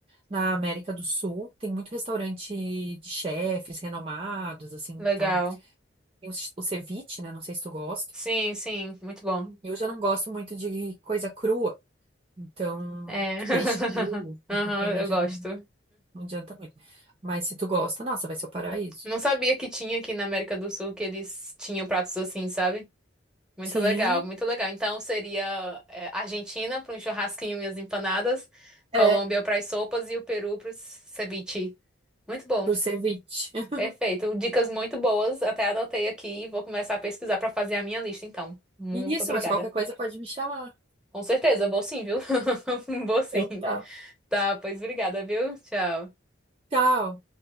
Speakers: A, on the right (about 30°); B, in the centre.
A: na América do Sul. Tem muito restaurante de chefes renomados, assim, então
B: Legal.
A: tem o, o ceviche, né? Não sei se tu gosta.
B: Sim, sim, muito bom.
A: Eu já não gosto muito de coisa crua, então,
B: É.
A: de
B: <laughs>
A: peixe cru, então
B: Aham,
A: pra mim
B: eu
A: já
B: gosto.
A: não Não adianta muito. Mas se tu gosta, nossa, vai ser o paraíso.
B: Não sabia que tinha aqui na América do Sul que eles tinham pratos assim, sabe? Muito
A: Sim,
B: legal, muito legal. Então seria é, Argentina para um churrasquinho e as empanadas, Colômbia
A: é,
B: para as sopas e o Peru para o ceviche. Muito bom,
A: por ceviche. <laughs>
B: perfeito. Dicas muito boas, até anotei aqui e vou começar a pesquisar para fazer a minha lista, então. Muito
A: Isso,
B: obrigada.
A: mas qualquer coisa pode me chamar.
B: Com certeza, vou sim, viu? <laughs> Vou sim.
A: Então tá.
B: Tá, pois obrigada, viu? Tchau.
A: Tchau.